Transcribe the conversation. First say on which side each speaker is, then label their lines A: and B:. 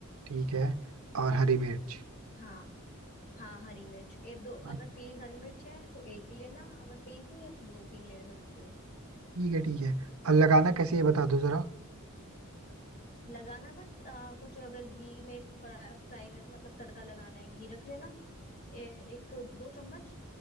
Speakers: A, on the right; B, on the left.
A: ठीक है और हरी मिर्च
B: हाँ हाँ हरी मिर्च ये दो
A: हाँ,
B: अगर तेज हरी मिर्च है तो एक ही लेना अगर तेज नहीं है तो दो तीन ले सकते हो
A: ठीक है ठीक है और लगाना कैसे है ये बता दो जरा
B: लगाना बस अ, कुछ अगर घी में फ्राई, फ्राई कर मतलब तड़का लगाना है घी रख लेना ए, एक तो दो चम्मच